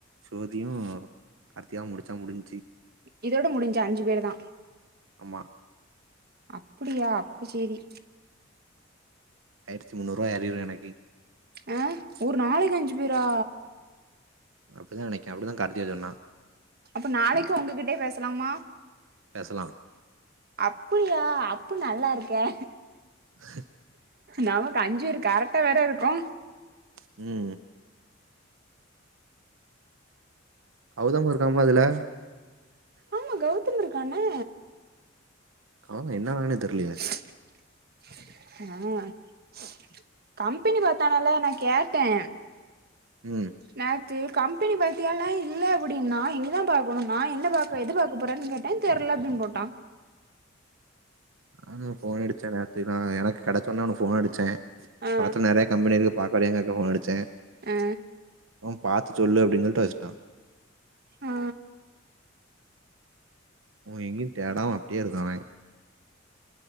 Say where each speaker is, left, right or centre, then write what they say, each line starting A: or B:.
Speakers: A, on the right; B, on the right.
A: சோதியு கார்த்திகாவு முடிச்சா முடிஞ்சச்சு
B: இதோடு முடிஞ்ச அஞ்சு பேர் தா
A: ஆமா
B: அப்டியா அப்ப சேரி
A: ஆயிரத்து முன்னூறுவா ஏறிரு எனக்கு
B: அ ஒரு நாளைக்கு அஞ்சு பேரா
A: அப்டிதா நெனக்கற அப்டிதா கார்திகா சொன்னா
B: அப்ப நாளைக்கு உங்ககிட்டேயே பேசலாமா
A: பேசலா
B: அப்பியா அப்ப நல்லா இருக்கே
A: <inaudible>
B: நமக்கு அஞ்சு பேரு கரெக்டா வேற இருக்கோ
A: ம் கௌதமு இருகாமாலே இதுல
B: ஆமா கௌதம் இருக்கானே
A: காணோ என்ன ஆனானே தெரியல
B: ஆ கம்பெனி பாத்தானால நா கேட்டே
A: ம்
B: நேத்து கம்பெனி பாத்தியால இல்ல அப்டின்னா இனி தா பாக்கணுனா என்ன பா க்க எது பாக்க போறன் கேட்டே தெர்ல அப்டின் போட்டா
A: நானு ஃபோன் அடிச்சே நேத்து தா எனக்கு கெடச்சோன்ன அவனுக்கு ஃபோன்னடிச்சே
B: ஆ
A: பாத்தா நறையா கம்பெனி இருக்கு பாக்க வரியான்கேக்க ஃபோன் அடிச்சே
B: ஆ
A: அவே பாத்து சொல்லு அப்டின் சொல்ட்டு வச்ட்டா
B: ஆ
A: உ எங்கியு தேடாம அப்டியே இருக்கா அவே